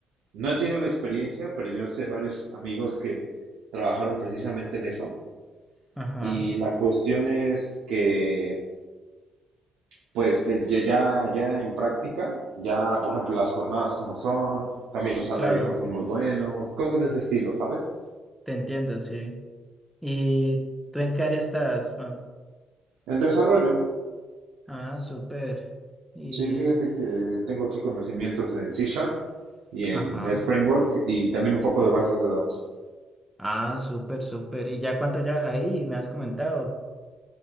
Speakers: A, on the right (about 80°); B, in the centre.
A: No he tenido la experiencia, pero yo sé varios amigos que trabajaron precisamente en eso
B: ajá,
A: y la cuestión es que pues que ya, ya ya en práctica, ya por ejemplo las jornadas como son, también los salarios
B: claro,
A: no son muy buenos, cosas de ese estilo, ¿sabes?
B: te entiendo, sí. ¿Y tú en qué área estás, Juan?
A: En desarrollo,
B: Ah, súper. Y,
A: sí, fíjate que tengo aquí conocimientos en C Sharp y en
B: ajá.
A: Net Framework y también un poco de bases de datos.
B: Ah, súper, súper. ¿Y ya cuánto llevas ahí? Me has comentado.